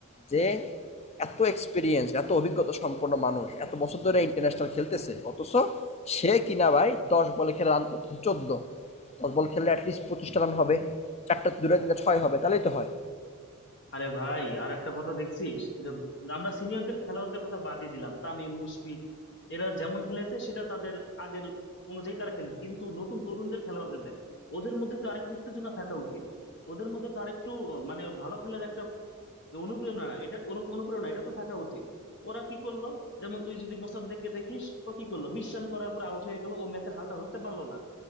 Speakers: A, on the left (about 30°); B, on the left (about 55°).
A: যে এত এক্সপিরিয়েন্স এত অভিজ্ঞতা সম্পন্ন মানুষ এত বছর ধরে ইন্টারন্যাশনাল খেলতেছে অথচ সে কিনা ভাই দশ বলে খেলে রান করতেছে চোদ্দ দশ বল খেললে অ্যাটলিস্ট পঁচিশটা রান হবে চারটা দুটা তিনটা ছয় হবে তাহলেই তো হয়
B: আরে ভাই আর একটা কথা দেখছিস যে আমরা সিনিয়রদের খেলোয়াড়দের কথা বাদই দিলাম তামিম মুশফিক এরা যেমন খেলেছে সেটা তাদের আগের অনুযায়ী তারা খেলেছে কিন্তু নতুন তরুণদের খেলোয়াড়দের দেখ ওদের মধ্যে তো আরেকটু উত্তেজনা থাকা উচিত ওদের মধ্যে তো আরেকটু আহ, মানে ভালো খেলার একটা অনুপ্রেরণা এটা অনু- অনুপ্রেরণা এটা তো থাকা উচিত ওরা কি করলো যেমন তুই যদি মোসাদ্দেককে দেখিস ও কি করলো বিশ্রাম করার পর আউট হয়ে গেল ও ম্যাচের হালটা ধরতে পারলো না